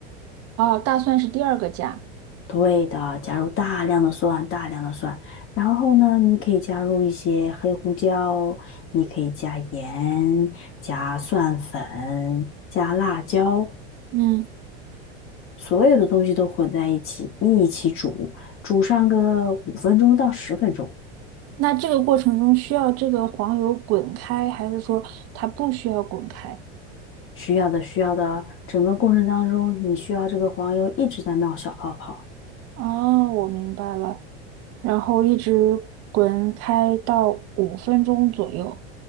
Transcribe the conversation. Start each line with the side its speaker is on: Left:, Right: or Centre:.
Right: 哦，大蒜是第二个加。
Left: 对的，加入大量的蒜，大量的蒜。然后呢，你可以加入一些黑胡椒，你可以加盐、加蒜粉、加辣椒，
Right: 嗯，
Left: 所有的东西都混在一起，一起煮，煮上个五分钟到十分钟。
Right: 那这个过程中需要这个黄油滚开，还是说它不需要滚开？
Left: 需要的，需要的，整个过程当中，你需要这个黄油一直在冒小泡泡。
Right: 哦，我明白了。然后一直滚开到五分钟左右。